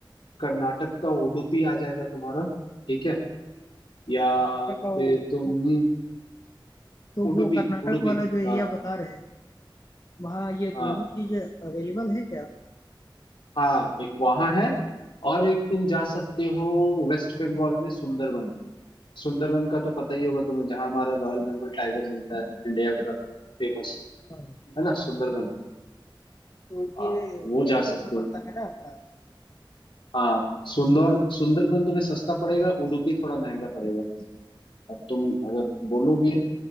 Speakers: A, on the left; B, on the left.
A: कर्नाटक का उडुपी आ जाएगा तुम्हारा ठीक है या
B: कर्नाटक का
A: फिर
B: वो
A: तुम
B: वो- तो
A: उडुपी
B: वो कर्नाटक
A: उडुपी
B: वाला जो एरिया
A: हाँ
B: बता रहे हैं वहाँ ये
A: हाँ
B: दोनों चीजें अवेलेबल है क्या
A: हाँ एक वहां है और एक तुम जा सकते हो वेस्ट बंगाल में सुंदरबन सुंदरबन का तो पता ही होगा तुम्हें जहां हमारा रॉयल बंगाल टाइगर मिलता है इंडिया का फेमस
B: हाँ,
A: है
B: सुंदर
A: ना सुंदरबन
B: तो
A: हाँ
B: ये
A: वो जा
B: बंगाल
A: सकते
B: में पड़ता
A: हो
B: है ना अपना
A: हाँ सुंदर सुंदरबन तुम्हें सस्ता पड़ेगा उडुपी थोड़ा महंगा पड़ेगा तुम्हें अब तुम अगर
B: हाँ,
A: बोलोगे